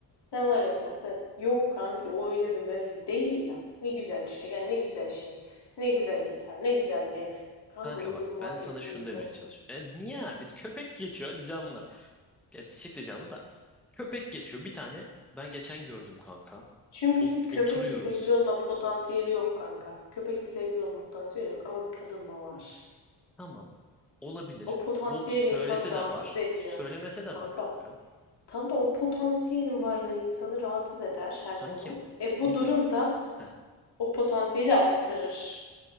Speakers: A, on the left; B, in the centre.
A: Sen var ya sen sen. Yok kanki o öyle bir mevzu değil lan. Ne güzel çiçek yani ne güzel şey. Ne güzel gitar ne güzel ev. Kanka
B: Kanka
A: öyle
B: bak
A: bir muhabbet
B: ben sana şunu
A: değil
B: demeye
A: bu.
B: çalışıyorum. E niye abi? Bir Köpek geçiyor hadi canlı. Geç, çiçek de canlı da. Köpek geçiyor bir tane. Ben geçen gördüm kanka.
A: Çünkü
B: Ot-
A: köpekle
B: oturuyoruz.
A: sevgili olma potansiyeli yok kanka. Köpekle sevgili olma potansiyeli yok ama bir kadınla var.
B: Tamam. Olabilir.
A: O potansiyel
B: Bu söylese
A: insanı rahatsız
B: de var.
A: ediyor.
B: Söylemese de
A: Kanka
B: var kanka.
A: tam da o potansiyelin varlığı insanı rahatsız eder her zaman.
B: Kankim.
A: E bu
B: Bu
A: durum da
B: Heh,
A: o potansiyeli artırır.